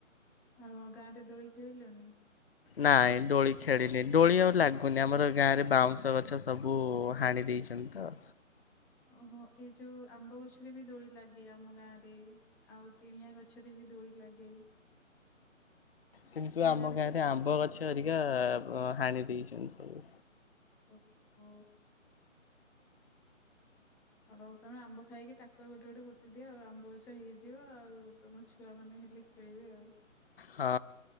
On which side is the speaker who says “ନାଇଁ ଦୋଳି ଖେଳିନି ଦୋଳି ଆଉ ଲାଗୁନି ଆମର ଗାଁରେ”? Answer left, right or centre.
Left